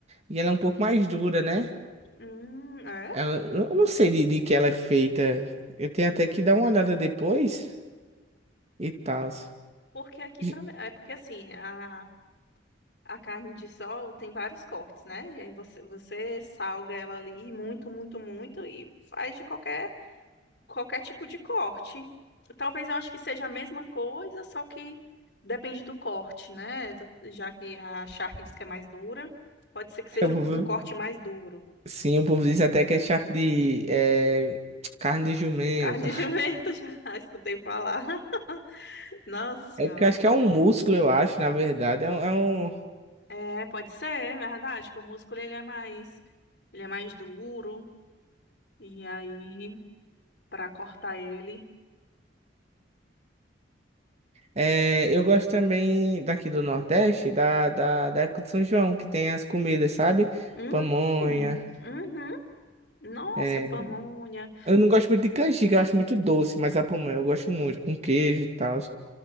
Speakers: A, on the right (about 35°); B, on the left (about 60°).
A: e ela é um pouco mais dura, né?
B: Hum, é?
A: Ela- eu não sei de, de que ela é feita. Eu tenho até que dar uma olhada depois e tal.
B: Porque aqui
A: <laughs>
B: também. É porque assim, a, a carne de sol tem vários cortes, né? E aí você, você salga ela ali muito, muito, muito e faz de qualquer. qualquer tipo de corte. Talvez eu acho que seja a mesma coisa, só que depende do corte, né? Tu- Já que a charque diz que é mais dura, pode ser que seja
A: Eu vou-
B: um, um corte mais duro.
A: Sim, o povo diz até que é charque de é, carne de jumento.
B: Carne de <laughs> jumento, já escutei falar. <laughs> Nossa senhora.
A: É porque eu acho que é um músculo, eu acho, na verdade. É um. é um-
B: É, pode ser, é verdade, que o músculo ele é mais, ele é mais duro e aí para cortar ele,
A: é, eu gosto também daqui do Nordeste, da, da, da época de São João, que tem as comidas, sabe?
B: hum,
A: Pamonha.
B: uhum. Nossa,
A: é.
B: pamonha,
A: Eu não gosto muito de canjica, eu acho muito doce, mas a pamonha eu gosto muito, com queijo e tal.